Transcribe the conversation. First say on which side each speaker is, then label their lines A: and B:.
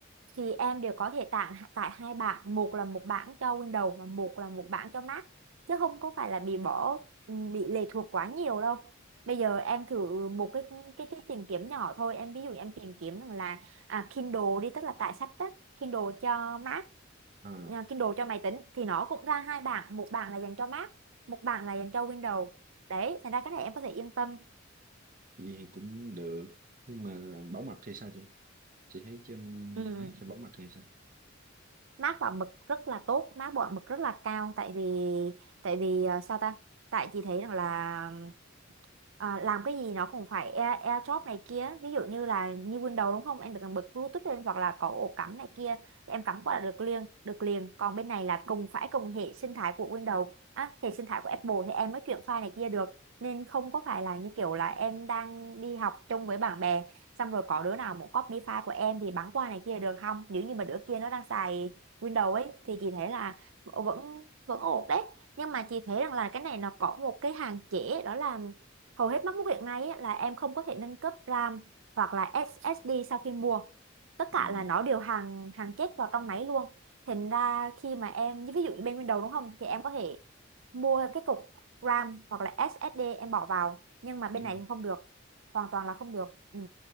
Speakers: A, on the right; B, on the right.
A: thì em đều có thể tặng tại hai bảng một là một bảng cho Windows và một là một bảng cho Mac chứ không có phải là bị bỏ ừ, bị lệ thuộc quá nhiều đâu bây giờ em thử một cái cái cái tìm kiếm nhỏ thôi em ví dụ em tìm kiếm rằng là à, Kindle đi tức là tải sách đó Kindle cho Mac
B: ờ,
A: à, Kindle cho máy tính thì nó cũng ra hai bảng một bảng là dành cho Mac một bảng là dành cho Windows đấy thành ra cái này em có thể yên tâm
B: vậy thì cũng được nhưng mà bảo mật thì sao chị chị thấy trên
A: ừ.
B: Mac thì bảo mật thì sao
A: mác bảo mực rất là tốt mác bảo mực rất là cao tại vì tại vì à, sao ta tại chị thấy rằng là à, làm cái gì nó cũng phải Air, AirDrop này kia ví dụ như là như Windows đúng không em phải cần bật Bluetooth lên hoặc là có ổ cắm này kia em cắm qua là được liền được liền còn bên này là cùng phải cùng hệ sinh thái của Windows á hệ sinh thái của Apple thì em mới chuyển file này kia được nên không có phải là như kiểu là em đang đi học chung với bạn bè xong rồi có đứa nào muốn copy file của em thì bắn qua này kia được không nếu như mà đứa kia nó đang xài Windows ấy thì chị thấy là vẫn vẫn ổn đấy nhưng mà chị thấy rằng là cái này nó có một cái hạn chế đó là Hầu hết MacBook hiện nay ấy, là em không có thể nâng cấp RAM hoặc là SSD sau khi mua. Tất
B: Ờ,
A: cả là nó đều hàng hàng chết vào trong máy luôn. Thành ra khi mà em như ví dụ như bên Windows đúng không thì em có thể mua cái cục RAM hoặc là SSD em bỏ vào, nhưng mà bên
B: đúng
A: này thì không được. Hoàn toàn là không được. Ừ.